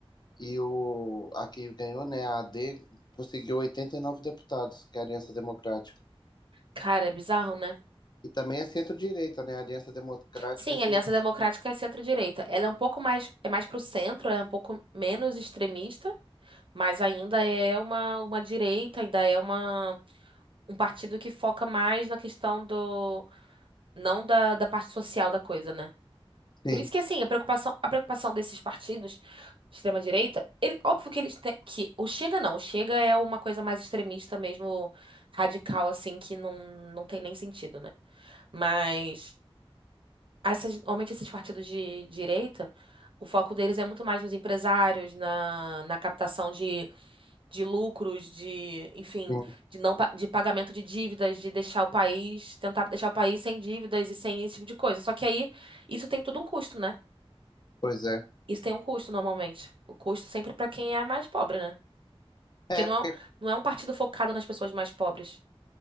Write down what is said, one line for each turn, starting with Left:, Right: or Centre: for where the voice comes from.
Left: E o, a que ganhou, né, a AD, conseguiu 89 deputados, que é a Aliança Democrática.
Right: Cara, é bizarro, né?
Left: E também é centro-direita, né? A Aliança Democrática
Right: Sim,
Left: é centro...
Right: a Aliança Democrática é centro-direita. Ela é um pouco mais, é mais pro centro, ela é um pouco menos extremista, mas ainda é uma, uma direita, ainda é uma, um partido que foca mais na questão do, não da, da parte social da coisa, né?
Left: Sim,
Right: Por isso que, assim, a preocupação, a preocupação desses partidos de extrema-direita, ele, óbvio que eles têm, que o Chega não, o Chega é uma coisa mais extremista mesmo, radical, assim, que não, não tem nem sentido, né? Mas essas- normalmente esses partidos de direita, o foco deles é muito mais nos empresários, na, na captação de, de lucros, de, enfim,
Left: sim,
Right: de não, pa- de pagamento de dívidas, de deixar o país, tentar deixar o país sem dívidas e sem esse tipo de coisa. Só que aí, isso tem tudo um custo, né?
Left: pois é.
Right: Isso tem um custo normalmente. O custo sempre para quem é mais pobre, né? Porque
Left: É,
Right: não
Left: porque
Right: é, um- não é um partido focado nas pessoas mais pobres.